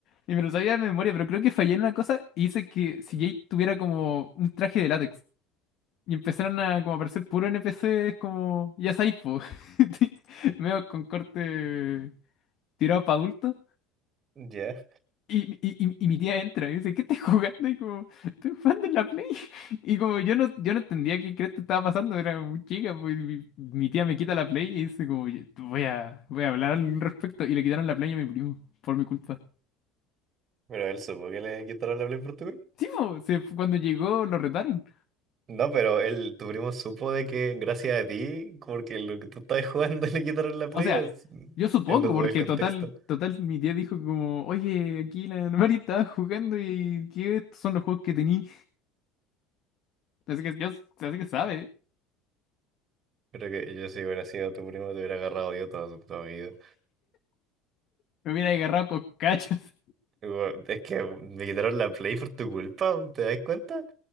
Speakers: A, on the left (about 55°); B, on the right (about 40°).
A: Y me lo sabía de memoria, pero creo que fallé en una cosa y hice que si Jade tuviera como un traje de látex. Y empezaron a como aparecer puros NPCs como, ya sabéis, po. <laughs> Medio con corte tirado para adultos.
B: Ya,
A: Y, y, y- y mi tía entra y dice, ¿qué estás jugando? Y como, estoy jugando en la Play. <laughs> Y como yo no, yo no entendía qué crees que estaba pasando, era muy chica, pues mi, mi tía me quita la Play y dice como, "Oye, tú voy a, voy a hablar al respecto. Y le quitaron la Play a mi primo, por mi culpa.
B: Pero él supo que le quitaron la Play por tu
A: Sí, po, se fu- cuando llegó lo retaron.
B: No, pero él, tu primo supo de que gracias a ti, porque lo que tú estabas jugando <laughs> le quitaron la play,
A: O sea,
B: o es-
A: yo supongo,
B: él no tuvo
A: porque
B: el contexto.
A: total, total, mi tía dijo como, oye, aquí la Mari estaba jugando y que estos son los juegos que tení. Así que yo, así que sabe,
B: Creo que yo si hubiera sido tu primo te hubiera agarrado yo toda su toda mi vida.
A: me hubiera agarrado con cachas.
B: Igual, Es que me quitaron la play por tu culpa, ¿te das cuenta?